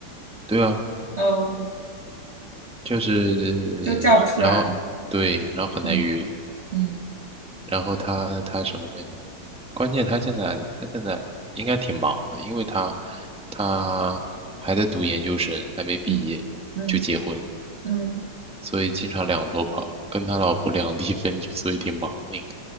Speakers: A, in the centre; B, on the right.
A: 对啊，
B: 嗯，
A: 就是很，
B: 就叫不出来了。
A: 然后对，然后很难约，
B: 嗯嗯
A: 然后他他什么那个。关键他现在他现在应该挺忙的，因为他他还在读研究生，还没毕业就结婚了，
B: 嗯嗯嗯
A: 所以经常两头跑，跟他老婆两地 <laughs> 分居，所以挺忙的应